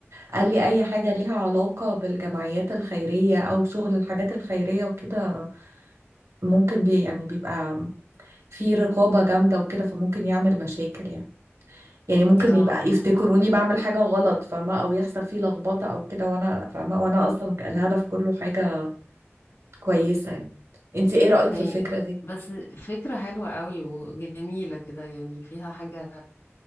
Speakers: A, on the right (about 80°); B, on the left (about 65°).
A: قال لي أي حاجة ليها علاقة بالجمعيات الخيرية أو شغل الحاجات الخيرية وكده ممكن بي يعني بيبقى في رقابة جامدة وكده فممكن يعمل مشاكل يعني يعني ممكن
B: اه
A: يبقى
B: اه
A: يفتكروني بعمل حاجة غلط فاهمة او يحصل فيه لخبطة او كده وانا فاهمة وانا اصلا الهدف كله حاجة كويسة يعني انت ايه رأيك
B: ايوه
A: في الفكرة دي؟
B: بس فكرة حلوة قوي وجميلة كده يعني فيها حاجة